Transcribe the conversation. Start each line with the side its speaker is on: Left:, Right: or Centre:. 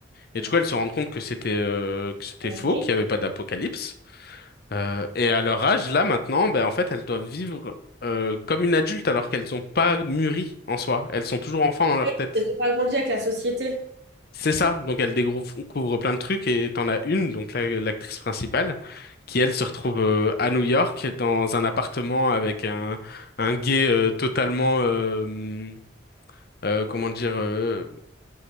Right: Ok.
Left: Et du coup, elles se rendent compte que c'était euh, que c'était
Right: Elles
Left: faux,
Right: ont
Left: qu'il n'y avait pas d'apocalypse. Euh, et à leur âge, là maintenant, ben, en fait, elles doivent vivre euh, comme une adulte alors qu'elles n'ont pas mûri en soi. Elles sont toujours enfants dans leur
Right: pas
Left: tête.
Right: Elles ont pas grandi avec la société.
Left: C'est ça. Donc elles découvrent découvrent plein de trucs et t'en as une, donc la- l'actrice principale, qui elle se retrouve euh, à New York dans un appartement avec un, un gay euh, totalement, euh, euh, comment dire, euh,